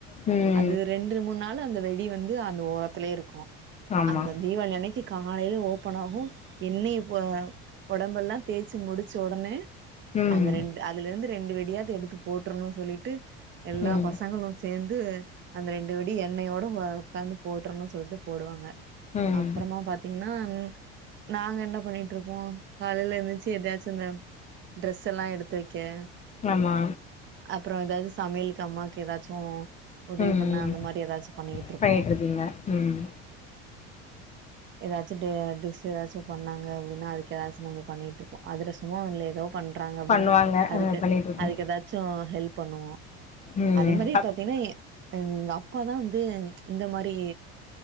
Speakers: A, on the left (about 25°); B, on the right (about 40°).
A: ம்
B: அது ரண்டு மூண் நாள் அந்த வெடி வந்து அந்த ஓரத்துலே இருக்கு
A: ஆமா
B: அங்க தீவாளி அன்னைக்கு காலைல ஓப்பனாகு எண்ணைய ப ஒடம்பெல்லா தேச்சு முடிச்ச ஒடனே
A: ம்
B: அந்த ரெண்டு அதுலருந்து ரண்டு வெடியாது எடுத்து போட்றணு சொல்லிட்டு எல்லா
A: ம்
B: பசங்களு சேந்து அந்த ரெண்டு வெடி எண்ணையோட ஒ ஒக்காந்து போட்றனு சொல்ட்டு போடுவாங்க
A: ம்
B: அப்றமா பாத் தீங்கன்னா ம் நாங்க என்ன பண்ணிட்டுருப்போ காலைல எந்துருச்சு எதையாச்சு இந்த ட்ரெஸ்ஸெல்லா எடுத்து வைக்கே
A: ஆமா
B: அப்பறோ எதாது சமையலுக்கு அம்மாக்கு எதாச்சு உதவி
A: ம் ம்
B: பண்ணா அந்த மாரி எதாச்சு பண்ணிக்கிட்டுருப்போ
A: பண்ணிட்ருக்கீங்க ம்
B: எதாச்சு டி டிஸ் எதாச்சு பண்ணாங்க அப்டின்னா அதுக்கு எதாச்சு நம்ம பண்ணிக்ட்டுருப்போ அதிரசமு இல்ல எதோ பண் றாங்க அப்டின்னா
A: பண்ணுவாங்க
B: அதுக்கு
A: அ பண்ணிட்ருக்கு
B: அதுக்கு எதாச்சு ஹெல்ப் பண்ணுவோ
A: ம்
B: அதே மாரி
A: அப்
B: பாத்தீயன்னா எ எங் எங்க அப்பாதா வந்து இந்த மாரி